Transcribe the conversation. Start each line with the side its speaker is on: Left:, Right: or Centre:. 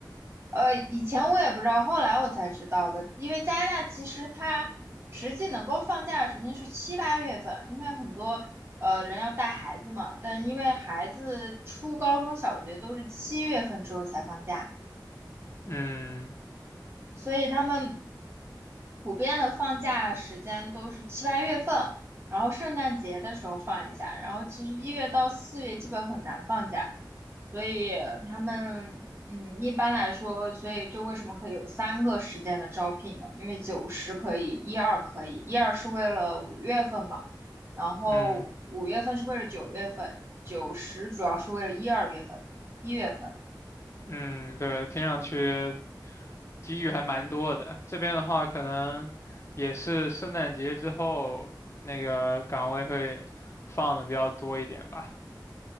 Right: 呃，以前我也不知道，后来我才知道的。因为加拿大其实它实际能够放假的时间是七八月份，因为很多呃人要带孩子嘛，但因为孩子初高中小学都是七月份之后才放假，
Left: 嗯
Right: 所以他们普遍的放假时间都是七八月份，然后圣诞节的时候放一下，然后其实一月到四月基本很难放假，所以他们嗯一般来说，所以就为什么可以有三个时间的招聘呢？因为九十可以，一二可以，一二是为了五月份嘛，然后五月份是为了九月份，
Left: 嗯
Right: 九十主要是为了一二月份，一月份，
Left: 嗯，对，听上去机遇还蛮多的。这边的话，可能也是圣诞节之后那个岗位会放的比较多一点吧。